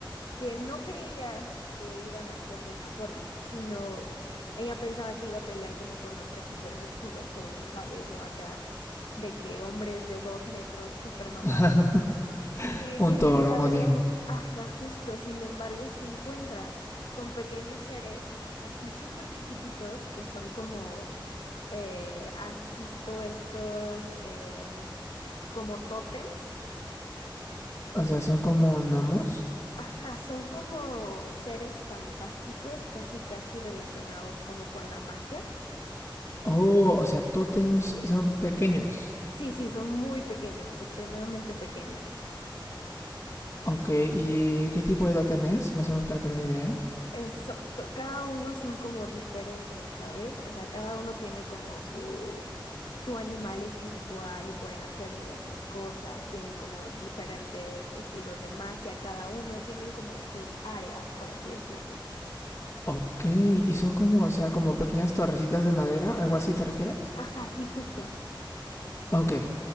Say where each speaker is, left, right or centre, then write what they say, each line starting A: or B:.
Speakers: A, on the left; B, on the left.
A: que no creía que iban a ser de esa forma, sino ella pensaba que iba a pelear como con hombres súper musculosos, ya sabes, ¿no? Acá, de que hombres de dos metros súper mamados.
B: <laughs>
A: Y
B: Un
A: sin
B: Thor,
A: embargo,
B: un Odín.
A: ajá, justo, sin embargo, se encuentra con pequeños seres así súper chiquititos que son como, eh, ¿has visto estos em, como tótems?
B: O sea, son como gnomos.
A: Ajá, son como seres fantásticos, casi casi relacionados como con la magia.
B: Oh, o sea, tótems son pequeños.
A: Sí, sí, son muy pequeños, extremadamente pequeños.
B: Ok, ¿y qué tipo de totem es? Más o menos para tener una idea.
A: Es- so- to- cada uno son como diferentes, ¿sabes? O sea, cada uno tiene como su, su animal espiritual y pueden hacer diversas cosas, tienen como diferentes estilos de magia, cada uno tienen como sus áreas, por así decirlo.
B: Ok, ¿y son como, o sea, como pequeñas torrecitas de madera? ¿Algo así te refieres?
A: Ajá, sí, justo.
B: Ok,